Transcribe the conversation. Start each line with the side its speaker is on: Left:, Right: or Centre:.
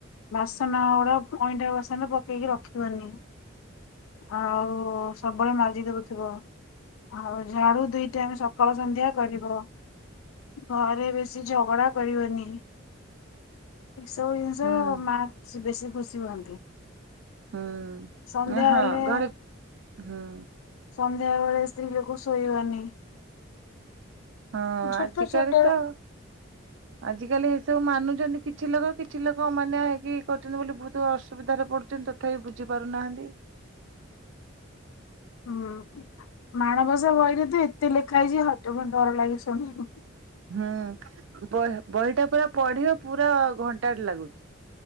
Left: ବାସନ ଗୁଡା ଅଇଁଠା ବାସନ ପକେଇକି ରଖିବନି। ଆଉ ସବୁବେଳେ ମାଜିଦୋଉଥୁବ। ଆଉ ଝାଡୁ ଦୁଇ ଟାଇମ ସକାଳ ସନ୍ଧ୍ୟା କରିବ। ଘରେ ବେଶୀ ଝଗଡା କରିବନି। ଏସବୁ ଜିନିଷ
Right: ହୁଁ
Left: ମାଆ ସେ ବେଶୀ ଖୁସି ହୁଅନ୍ତି।
Right: ହୁଁ
Left: ସନ୍ଧ୍ୟା
Right: ଆଁହଁ
Left: ହେଲେ
Right: ଘରେ ହୁଁ।
Left: ସନ୍ଧ୍ୟା ବେଳେ ସ୍ତ୍ରୀଲୋକ ଶୋଇବାନି।
Right: ହଁ
Left: ଛୋଟ
Right: ଆଜିକାଲି
Left: ଛୋଟ
Right: ତ ଆଜିକାଲି ଏସବୁ ମାନୁଚନ୍ତି କିଛି ଲୋକ କିଛି ଲୋକ ଅମାନ୍ୟ ହେଇକି କରୁଚନ୍ତି ବୋଲି ବୋହୁତ ଅସୁବିଧାରେ ପଡୁଚନ୍ତି ତ ଥାପି ବୁଝି ପାରୁନାହାନ୍ତି।
Left: ହୁଁ ମାଣବସା ବହିରେ ତ ଏତେ ଲେଖା ହେଇଚି ହାଟ ଭଣ୍ଡାର ଲାଗେ ଶୁଣିବାକୁ।
Right: ହୁଁ ବହି ବହିଟା ପୁରା ପଢିବା ପୁରା ଘଣ୍ଟାଟେ ଲାଗୁଚି।